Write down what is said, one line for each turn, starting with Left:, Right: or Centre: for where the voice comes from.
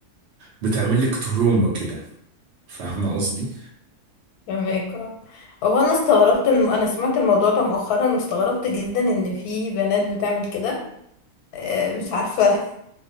Right: بتعمل لك تروما كده فاهمة قصدي
Left: فهمك اه هو انا استغربت ان انا سمعت الموضوع ده مؤخرا واستغربت جدا ان في بنات بتعمل كده آه، مش عارفة